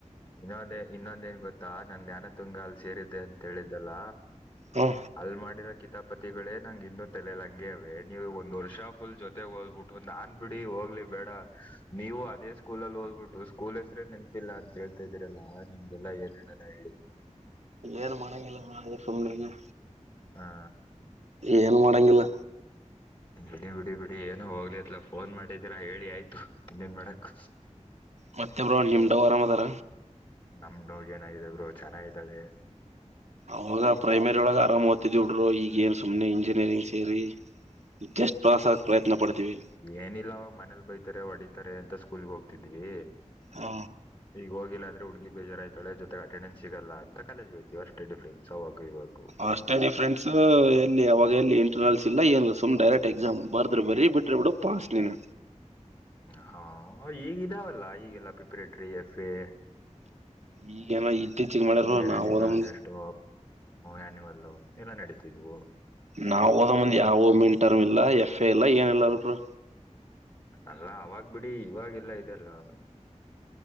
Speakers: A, on the left; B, on the right.
A: ಇನ್ನೊಂದೆ ಇನ್ನೊಂದ ಏನ್ ಗೊತ್ತು ಾ ನಂ್ ಾನ ತುಂಗಲ್ ಸೇರಿದ್ದೆ ಅಂತ ಹೇಳಿದ್ದಲ್ಲ
B: ಹ್ಮ
A: ಅಲ್ಲಿ ಮಾಡಿರೋ ಕಿತಾಬ್ ಪತಿಗಳೇ ನಂಗೆ ಇನ್ನು ತಲ ಹಂಗೆವೇ ನೀವು ಒಂದ್ ವರ್ಷ ಫುಲ್ ಜೊತೆ ಮ ಓದ್ಬಿಟ್ಟು ನಾನ್ ಬಿಡಿ ಹೋಗ್ಲಿ ಬೇಡ ನೀವು ಅದೇ ಸ್ಕೂಲಲ್ಲಿ ಓದ್ಬಿಟ್ಟು ಸ್ಕೂಲ್ ಹೆಸ್ರೆ ನೆಪಿಲ್ಲ ಅಂತೇಳಿ ಹತ ಇದೀರಲ್ಲ ನಿಮ್ಗೆಲ್ಲ ಏನ್ ಹೇಳೋಣ ಹೇಳಿ
B: ಏನು ಮನೆಗೆಲ್ಲ ಅ ಸುಮ್ನೆ ಇಂಗೆ
A: ಹಾ
B: ಏನು ಮಾಡಂಗಿಲ್ಲ
A: ಬಿಡಿ ಬಿಡಿ ಬಿಡಿ ಬಿಡಿ ಏನ ಹೋಗ್ಲಿತ್ಲ ಫೋನ್ ಮಾಡಿದರ ಹೇಳಿ ಆಯ್ತು ಇನ್ನೇನ್ ಮಾಡಕ್
B: ಮತ್ತೆ ಬ್ರೋ ನಿಮ್ದ್ ಆರಾಮ್ ಅದಾರ
A: ನಮ ಡೋವ್ಯೂ ನೋಗ ಏನಾಗಿದರು ಚೆನ್ನಾಗಿದ್ದಳೆ
B: ಅವಾಗ ಪ್ರೈಮರಿ ಒಳಗೆ ಆರಾಮ ಓದ್ತಿದ್ಿಡ್ರು ಈಗ ಏನ್ ಸುಮ್ನೆ ಇಂಜಿನಿಯರಿಂಗ್ ಸೇರಿ ಜಸ್ಟ್ ಪಾಸ್ ಆಗ ಪ್ರಯತ್ನ ಪಡ್ತೀವಿ
A: ಏನಿಲ್ಲ ಅವ ಮನೇಲಿ ಬೈತಾರೆ ಹೊಡ ತ್ತಾರೆ ಅಂತ ಸ್ಕೂಲ್ಿಗೆ ಹೋಗ್ತಿದ್ವಿ
B: ಹ
A: ಈಗ ಹೋಗಿಲ್ಲ ಅಂದ್ರೆ ಊಟ ಬಜ ಆಾಯ್ಳ ಜೊತೆ ಅೆಂಡೆನ್ಸ್ ಸಿಗಲ್ಲ ಅಂತ ಕಾಲೇಜಗೆ ಹಯತೀವಿ ಅಷ್ಟ ಡಿಫ್ರೆನ್ಸ್ ಅವಾಗ ಇವಾಗ
B: ಅಷ್ಟೇ ದಿಫ್ಫ್ರೆಂಸ್ ಎಲ್ಲಿ ಅವಾಗ ಎಲ್ಲಿ ಇಂಟ್ರನಲ್ಸ್ ಇಲ್ಲ ಏನ್ ಸುಮ್ ಡೈರೆಕ್ಟ್ ಎಕ್ಸಾಮ್ ಬರ್ದ್ರೆ ಬರೀ ಬಿಟ್ರೆ ಬಿಡು ಪಾಸ್ ನೀನು
A: ಹಾ ಈಗ ಇದಾವಲ್ಲ ಈಗೆಲ್ಲ ಪ್ರಿಪರೇಟರಿ ಎಫ ಎ
B: ಈಗೇನ ಇತ್ತೀಚಿಗೆ ಮಾಡ್ಯಾರ
A: ಇಯರ್
B: ನಾವ್
A: ಎಂಡಿಂಗ್
B: ಓದೋ
A: ಅಲಿ
B: ಮುಂದ
A: ಟೆಸ್ಟು ಆ್ಯನಿವಲ್ ಎಲ್ಲ ನಡೀತಿದ್ವು
B: ನಾವ ಓದ ಮುಂದ್ ಯಾವ ಮೀನ್ ಟರ್ಮ್ ಇಲ್ಲ ಎಫ್ ಎ ಇಲ್ಲ ಏನ ಇಿಲ್ಲ ಅಲ್ರು
A: ಅಲ್ಲ ಅವಾಗ ಬಿಡಿ ಇವಾಗೆಲ್ಲಾ ಇದೆ ಅಲ್ವ